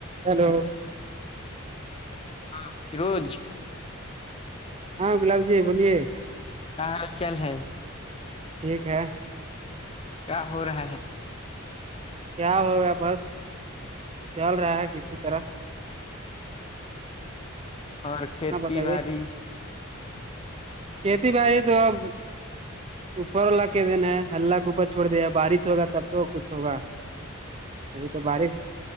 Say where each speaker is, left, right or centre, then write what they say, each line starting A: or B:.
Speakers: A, on the right; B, on the left.
A: hello
B: <unintelligible>
A: ہاں گلاب جی بولیے
B: کیا حال چال ہے
A: ٹھیک ہے
B: کیا ہو رہا ہے
A: کیا ہوگا بس چل رہا ہے کسی طرح
B: اور
A: اپنا
B: کھیتی
A: بتائیے
B: باڑی
A: کھیتی باڑی تو اب اوپر والا کے دین ہے اللہ کے اوپر چھوڑ دیا بارش ہوگا تب تو کچھ ہوگا ابھی تو بارش